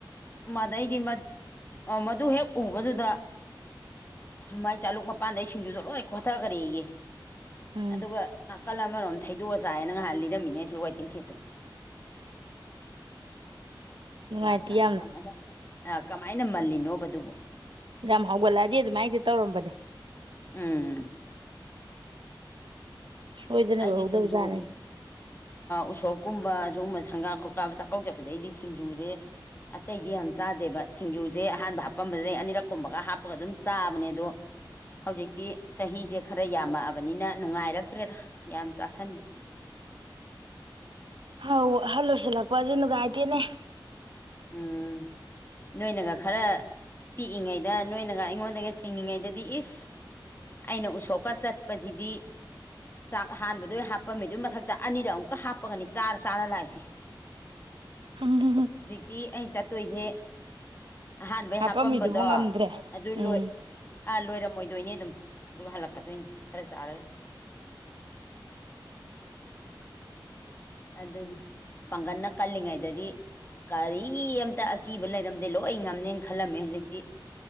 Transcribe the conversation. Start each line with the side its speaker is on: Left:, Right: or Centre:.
Left: ꯃꯥꯗꯩꯗꯤ ꯃ ꯃꯗꯨ ꯍꯦ ꯎꯕꯗꯨꯗ ꯁꯨꯃꯥꯏ ꯆꯥꯂꯨꯛ ꯃꯄꯥꯟꯗꯩ ꯁꯤꯡꯖꯨꯗ ꯂꯣꯏ ꯈꯣꯊꯈꯔꯦ ꯑꯩꯌꯦ
Right: ꯎꯝ
Left: ꯑꯗꯨꯒꯒ ꯀꯜ ꯑꯃꯔꯣꯝ ꯊꯩꯗꯣꯛꯑ ꯆꯥꯏꯌꯦꯅ ꯉꯥꯏꯍꯥꯟ ꯂꯤꯔꯝꯃꯤꯅꯦ ꯁꯤ ꯋꯦꯇꯤꯡ ꯁꯤꯠꯇ
Right: ꯅꯨꯡꯉꯥꯏꯇꯦ
Left: ꯖꯥꯠ ꯖꯥꯠꯅꯤ
Right: ꯌꯥꯝꯅ
Left: ꯀꯃꯥꯏꯅ ꯑ ꯀꯃꯥꯏꯅ ꯃꯜꯂꯤꯅꯣꯕꯗꯨꯕꯣ
Right: ꯌꯥꯝꯔ ꯍꯧꯒꯠꯂꯛꯑꯗꯤꯦ ꯑꯗꯨꯃꯥꯏꯅꯗꯤ ꯇꯧꯔꯝꯕꯅꯦ
Left: ꯎꯝ
Right: ꯁꯣꯏꯗꯅ
Left: ꯑꯩꯗꯤ
Right: ꯎꯍꯧꯗꯕ
Left: ꯁꯤꯡꯖꯨ
Right: ꯖꯥꯠꯅꯦꯅꯦ
Left: ꯎꯁꯣꯞꯀꯨꯝꯕ ꯁꯒꯨꯝꯕ ꯁꯪꯒꯥ ꯈꯣꯠꯀꯕ ꯆꯥꯛꯀꯧ ꯆꯠꯄꯗꯩ ꯑꯩꯗꯤ ꯁꯤꯡꯖꯨꯁꯦ ꯑꯇꯩꯗꯤ ꯌꯥꯝ ꯆꯥꯗꯦꯕ ꯁꯤꯡꯖꯨꯁꯦ ꯑꯍꯥꯟꯕ ꯍꯥꯞꯄꯝꯕꯗꯩ ꯑꯅꯤꯔꯛ ꯀꯨꯝꯕꯒ ꯍꯥꯞꯄꯒ ꯑꯗꯨꯝ ꯆꯥꯕꯅꯦ ꯑꯗꯣ ꯍꯧꯖꯤꯛꯇꯤ ꯆꯍꯤꯁꯦ ꯈꯔ ꯌꯥꯝꯃꯛꯑꯕꯅꯤꯅ ꯅꯨꯡꯉꯥꯏꯔꯛꯇ꯭ꯔꯦꯗ ꯌꯥꯝ ꯆꯥꯁꯟꯕ
Right: ꯍꯥꯎ ꯍꯜꯂꯣꯁꯂ ꯀꯋꯥꯖꯅꯒꯥꯏꯇꯦꯅꯦ
Left: ꯎꯝ ꯅꯣꯏꯅꯒ ꯈꯔ ꯄꯤꯛꯏꯉꯩꯗ ꯅꯣꯏꯅꯒ ꯑꯩꯉꯣꯟꯗꯒ ꯆꯤꯡꯉꯤꯉꯩꯗꯗꯤ ꯏꯁ ꯑꯩꯅ ꯎꯁꯣꯞꯀ ꯆꯠꯄꯁꯤꯗꯤ ꯆꯥꯛ ꯍꯥꯟꯕꯗ ꯍꯥꯞꯄꯝꯃꯤꯗꯨꯏ ꯃꯊꯛꯇ ꯑꯅꯤꯔ ꯑꯃꯨꯛꯀ ꯍꯥꯞꯄꯒꯅꯤ ꯆꯥꯔ ꯆꯥꯔ ꯂꯥꯛꯏꯁꯦ
Right: ꯍ
Left: ꯇꯤ ꯑꯩ ꯆꯠꯇꯣꯏꯖꯦ ꯑꯍꯥꯟꯕꯩ
Right: ꯍꯥꯄꯝꯃꯤꯗꯨꯕꯨ
Left: ꯍꯥꯄꯝꯕꯗꯣ
Right: ꯉꯝꯗ꯭ꯔꯦ
Left: ꯑꯗꯨ
Right: ꯎꯝ
Left: ꯂꯣꯏ ꯑꯥ ꯂꯣꯏꯔꯝꯃꯣꯏꯗꯣꯏꯅꯤ ꯑꯗꯨꯝ ꯑꯗꯨꯃ ꯍꯥ ꯂꯛꯀꯥꯗꯣꯏꯅꯤ ꯈꯔ ꯆꯔꯒ ꯑꯗꯨꯅꯤ ꯄꯥꯡꯒꯜꯅ ꯀꯜꯂꯤꯉꯩꯗꯗꯤ ꯀꯔꯤ ꯑꯃꯝꯇ ꯑꯀꯤꯕ ꯂꯩꯔꯝꯗꯦ ꯂꯣꯏ ꯉꯝꯅꯦꯅ ꯈꯜꯂꯝꯃꯦ ꯍꯧꯖꯤꯛꯇꯤ